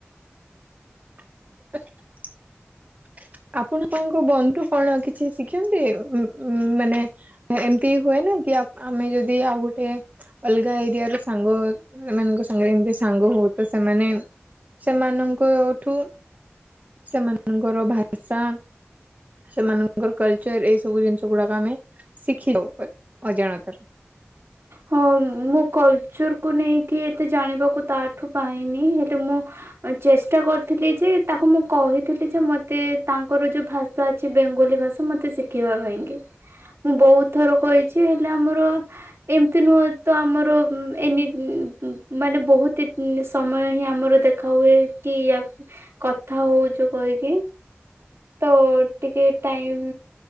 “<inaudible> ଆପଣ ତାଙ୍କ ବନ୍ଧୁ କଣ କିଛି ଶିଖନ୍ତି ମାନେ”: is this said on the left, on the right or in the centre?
Right